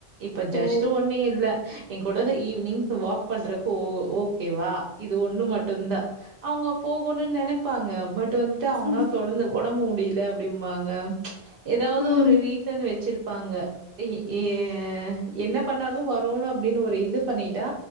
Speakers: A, on the right (about 65°); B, on the left (about 55°).
A: இப்ப ஜஸ்ட்
B: ஓ
A: ஒன்னூ இல்ல எங் கூடாத ஈவி்னிங் வாக் பண்றக்கு ஓ ஓகேவா இது ஒண்ணூ மட்டுந் தா அவுங்க போகணுன்னு நினைப்பாங்க பட் ட்டு வந்துட்டு அவங்கனால
B: உம்
A: தொடர்ந்து ஒடம்பு முடியல அப்பிடிம்பாங்க ஏதாவது
B: உம்
A: ஒரு ரீசன் வச்சிருப்பாங்க இஹ் ஏ என்ன பண்ணாலூ வரூன் அப்டி ஒரு இது பண்ணிட்டா